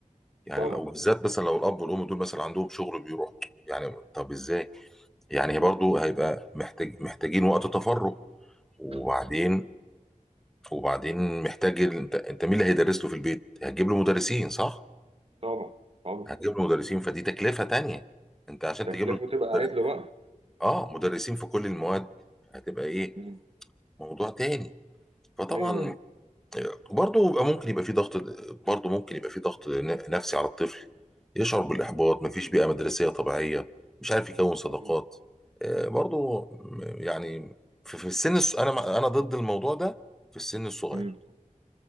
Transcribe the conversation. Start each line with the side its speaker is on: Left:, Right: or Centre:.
Centre: يعني
Right: طبعا
Centre: لو بالذات مثلا لو الاب والام دول مثلا عندهم شغل بيروح يعني طب ازاي يعني برضو هيبقى محتاج محتاجين وقت تفرغ وبعدين
Right: مم،
Centre: وبعدين محتاج ال- انت انت مين اللي هيدرس له في البيت هتجيب له مدرسين صح
Right: طبعا طبعا
Centre: هتجيب له مدرسين فدي تكلفة تانية انت عشان
Right: تكلفه
Centre: تجيب له
Right: تبقى عدله
Centre: مدرس-
Right: بقى
Centre: اه مدرسين في كل المواد هتبقى ايه
Right: مم.
Centre: موضوع تاني فطبعا
Right: ايوه ايوه
Centre: برضه يبقى ممكن يبقى في ضغط برضه ممكن يبقى في ضغط ن- نفسي على الطفل يشعر بالإحباط مفيش بيئة مدرسية طبيعية مش عارف يكون صداقات
Right: أيوة.
Centre: آه برضه م- يعني في في السن الص- انا مع- انا ضد الموضوع ده في السن الصغير
Right: مم.